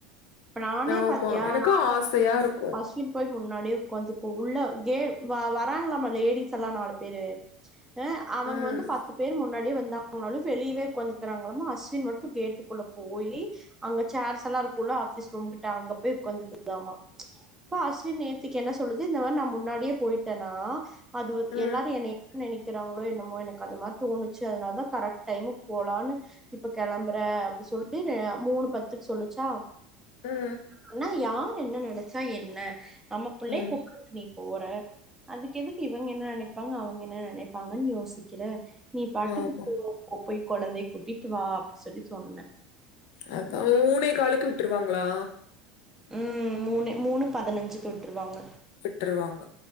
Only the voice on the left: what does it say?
ஆமா
எனக்கு
ஆசையா இருக்கு
ம்
ம்
ம்
ம்
ஆமா
அதா மூணே காலுக்கு விட்டுருவாங்ளா
விட்டுருவாங்க